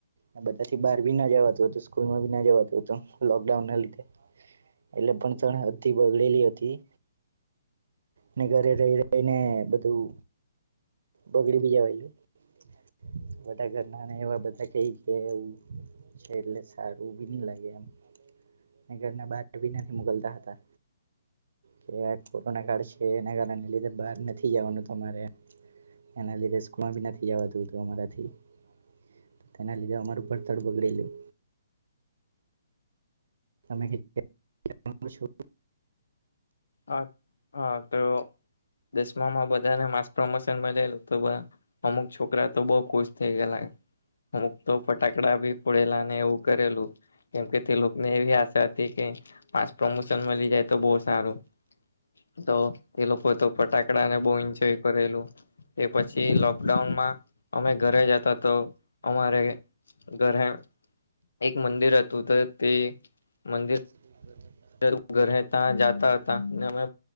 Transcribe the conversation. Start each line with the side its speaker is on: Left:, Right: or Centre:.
Right: ને બધાથી બાર બી ના જવાતું હતું. સ્કૂલમાં બી ના જવાતું હતું લોકડાઉનના લીધે. એટલે ભણતણ હદ તી બગડેલી હતી ને ઘરે રહી રહીને બધું બગડી <unintelligible> બધાં ઘરના અને એવા બધા કઈ કે એવું છે એટલે સારું બી ની લાગે એમ. એન ઘરના બાર ભી નથી મોકલતા હતા. કે આ કોરોના કાળ છે એના કારણને લીધે બાર નથી જવાનું તમારે એના લીધે સ્કૂલમાં બી નથી જવાતું હતું અમારાથી તો તેના લીધે અમારું ભણતર બગડેલું. તમે કીધુ તેમ હા પૂછું
Left: હા હા તો દસમામાં બધાને માસ પ્રમોશન મલેલું તો આ અમુક છોકરા તો બહુ ખુશ થઇ ગયેલા. અમુક તો ફટાકડા ભી ફોડેલાને એવું કરેલું. કેમ કે તે લોકને એવી આશા હતી કે માસ પ્રમોશન મલી જાય તો બહુ સારું. તો તે લોકો તો ફટાકડા ને બહું ઈન્જોય કરેલું. એ પછી લોકડાઉનમાં અમે ઘરે જતા તો અમારે ઘરે એક મંદિર હતું તો તે મંદિર
Right: <inaudible>
Left: તો ઘરે તા જાતા હતા અને અમે